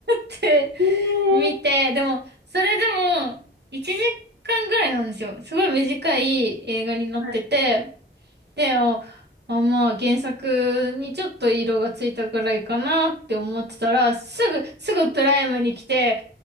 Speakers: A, on the right (about 65°); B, on the right (about 85°).
A: て
B: へえー。
A: 見て、でも、それでも、1時間ぐらいなんですよ。すごい短い映画になってて、
B: はい。
A: で、あ、あまあ、原作にちょっと色がついたぐらいかなって思ってたら、すぐ、すぐプライムに来て、え、